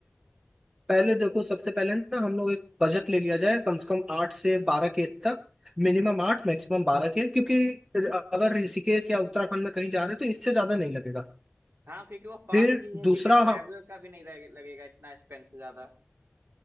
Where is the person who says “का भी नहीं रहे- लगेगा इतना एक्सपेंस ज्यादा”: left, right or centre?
Right